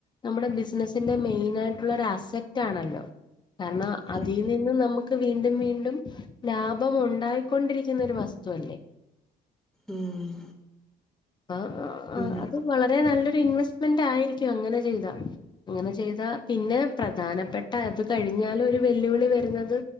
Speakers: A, on the left; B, in the centre.
A: നമ്മുടെ ബിസ്നസിന്റെ മെയിനായിട്ടുള്ള ഒരു അസറ്റ് ആണല്ലോ കാര്ണം. അതിൽ
B: ഓക്കെ
A: നിന്നും നമുക്ക് വീണ്ടും വീണ്ടും ലാഭം ഉണ്ടായിക്കൊണ്ടിരിക്കുന്ന ഒരു വസ്തു അല്ലേ.
B: ഉം
A: ആഹ്
B: <unintelligible>
A: അത് വളരെ നല്ലൊരു ഇൻവെസ്റ്റ്മെന്റ് ആയിരിക്കും അങ്ങനെ ചെയ്താ. അങ്ങനെ ചെയ്താ പിന്നെ പ്രധാനപ്പെട്ട അത് കഴിഞ്ഞാലൊരു വെല്ലുവിളി വരുന്നത്.